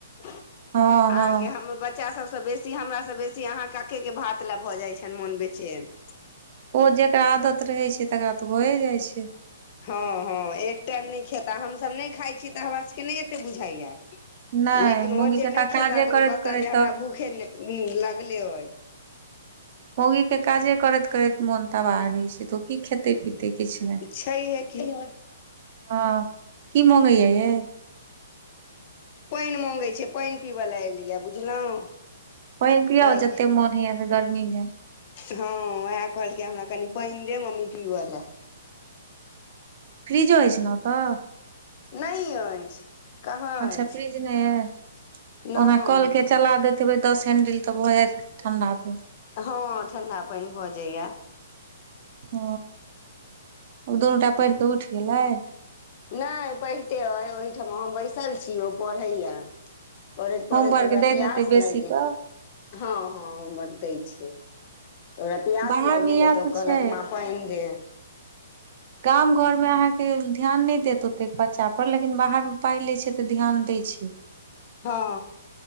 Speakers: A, on the left; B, on the right.
A: अहाँके
B: हँ हँ
A: हमर बच्चा सब बेसी हमर से बेसी अहाँ कके के भात लऽ भऽ जाइ छनि मोन बेचेन
B: ओ जेकरा आदत रहै छै तकरा तऽ भए जाइ छै
A: हँ हँ एक टाइम नहि खेता हमसभ नहि खाइ छी तऽ हमरा सभके नहि एतेक बुझाइया
B: नहि
A: लेकिन ओ
B: मौगी
A: जे
B: के
A: नहि खेता
B: काजे
A: तऽ
B: करैत
A: ओ कहता
B: करैत
A: जे हमरा
B: तऽ
A: भूखे लगले ओहि
B: मौगी के काजे करैत करैत मोन तबाह रहे छै तो ओ की खेते पीे तेक किछ नहि
A: छैये कि
B: हँ की मगैया ये
A: पइन मंगै छै पइन पीबय लए एलियै बुझलहुँ
B: पइन पिउ
A: कहलकै
B: जते मोन होइय से गर्मी मे
A: हँ उएह कहलकै हमरा कनि पइन दे मम्मी पीबऽ ले
B: फ्रिजो अछि ने ओतऽ
A: नहि अछि कहाँ
B: अच्छा
A: अछि
B: फ्रिज नहि य
A: नहि
B: ओना कल के चला देते दस हेंडिल तऽ भऽ जायत ठंडा पाइन
A: हँ ठंडा पानि भऽ जाइया
B: ह ऊ दुनू टा पढ़ि कऽ उठि गेलै
A: नहि पढ़िते अइ ओहिठमा हम बैसल छी ओ पढ़ैए पढ़ैत पढ़ैत
B: होमवर्क
A: ओकरा
B: दैत
A: प्यास
B: हेतै
A: लागि
B: बेसी
A: गेल
B: कऽ
A: हँ हँ ओतय छै तऽ ओकरा प्यास
B: बाहर
A: लागि
B: मे
A: गेलै
B: इएह
A: तऽ ओ कहलक
B: छै
A: मां पइन दे
B: गाम घर मे अहाँके ध्यान नहि देत ओतेक बच्चा पर लेकिन बाहर मे पाइ लै छै त ध्यान दै छै
A: हँ